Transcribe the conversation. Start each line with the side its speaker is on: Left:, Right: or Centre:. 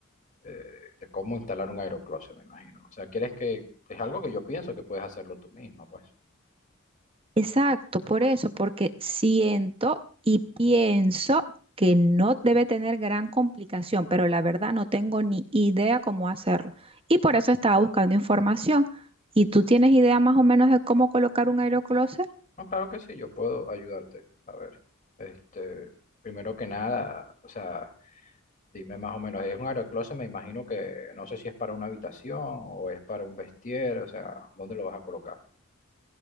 Left: de- de cómo instalar un aerocloset, me imagino. O sea, quieres que, es algo que yo pienso que puedes hacerlo tú misma, pues.
Right: Exacto, por eso, porque siento y pienso que no debe tener gran complicación, pero la verdad no tengo ni idea cómo hacerlo. Y por eso estaba buscando información. ¿Y tú tienes idea más o menos de cómo colocar un aerocloset?
Left: No, claro que sí, yo puedo ayudarte. A ver, este, primero que nada, o sea... Dime más o menos, es un aerocloset, me imagino que no sé si es para una habitación o es para un vestier, o sea, ¿dónde lo vas a colocar?